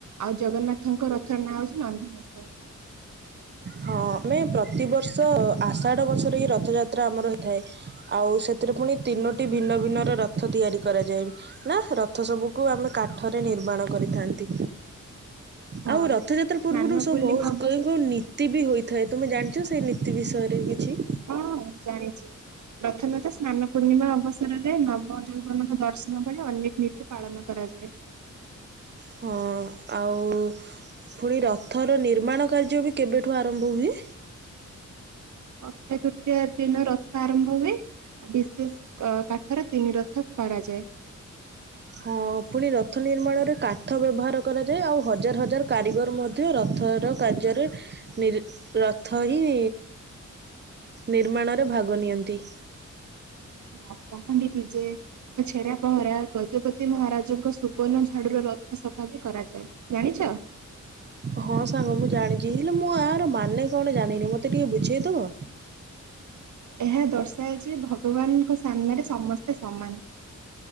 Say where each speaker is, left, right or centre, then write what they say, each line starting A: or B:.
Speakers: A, on the right; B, on the right.
A: ଆଉ ଜଗନ୍ନାଥଙ୍କ ରଥର ନାଁ ହଉଛି ନନ୍ଦିଘୋସ।
B: ହଁ ଆମେ ପ୍ରତିବର୍ଷ ଆଷାଢ ମାସରେ ହିଁ ରଥଯାତ୍ରା ଆମର ହେଇଥାଏ ଆଉ ସେଥିରେ ପୁଣି ତିନୋଟି ଭିନ୍ନ ଭିନ୍ନ ରଥ ତିଆରି କରାଯାଏ ନା ରଥ ସବୁକୁ ଆମେ କାଠରେ ନିର୍ମାଣ କରିଥାନ୍ତି
A: ହଁ
B: ଆଉ ରଥଯାତ୍ରା ପୂର୍ବରୁ
A: ସ୍ନାନ
B: ସବୁ
A: ପୂର୍ଣ୍ଣିମା
B: ବହୁତ
A: ଅବସ
B: କେଉଁ କେଉଁ ନି ନୀତି ବି ହୋଇଥାଏ ତୁମେ ଜାଣିଛ ସେଇ ନୀତି ବିଷୟରେ କିଛି
A: ହଁ ଜାଣିଛି ପ୍ରଥମେ ତ ସ୍ନାନ ପୂର୍ଣ୍ଣିମା ଅବସରରେ ନବ ଯେଉମାନାନଙ୍କ ଦର୍ଶନ ବ ଅନେକ ନୀତି ପାଳନ କରାଯାଏ
B: ହଁ ଆଉ ପୁଣି ରଥର ନିର୍ମାଣ କାର୍ଯ୍ୟ ବି କେବେଠୁ ଆରମ୍ଭ ହୁଏ
A: ଅକ୍ଷୟ ତୃତୀୟା ଦିନ ରଥ ଆରମ୍ଭ ହୁଏ। ବିଶେଷ କାଠରେ ତିନି ରଥ କରାଯାଏ।
B: ହଁ ପୁଣି ରଥ ନିର୍ମାଣରେ କାଠ ବ୍ୟବହାର କରାଯାଏ ଆଉ ହଜାର ହଜାର କାରିଗର ମ ରଥ କାର୍ଯ୍ୟରେ ନିର ରଥ ହିଁ ନିର୍ମାଣରେ ଭାଗ ନିଅନ୍ତି
A: ହଁ ପହାଡି ପିଜେ ଓ ଛେରା ପହଁରା ଗଜପତି ମହାରାଜଙ୍କ ସୁବର୍ଣ୍ଣ ଝାଡୁର ରଥ ଫ ସଫା ବି କରାଯାଏ ଜାଣିଛ
B: ହଁ ସାଙ୍ଗ ମୁଁ ଜାଣିଛି ହେଲେ ମୁଁ ଆର ମାନେ କଣ ଜାଣିନି ମତେ ଟିକେ ବୁଝେଇଦବ?
A: ଏହା ଦର୍ଶାଏଜେ ଭଗବାନଙ୍କ ସାମ୍ନାରେ ସମସ୍ତେ ସମାନ